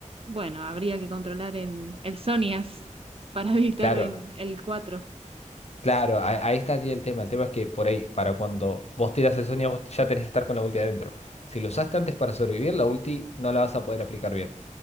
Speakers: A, on the right; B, on the left.
A: bueno, habría que controlar el, el Sonias para <laughs> evitar
B: Claro,
A: el, el cuatro,
B: Claro, ahí, ahí estaría el tema. El tema es que por ahí, para cuando vos tiras el Sonia, vos ya tenés que estar con la ulti adentro. Si lo usaste antes para sobrevivir, la ulti no la vas a poder aplicar bien.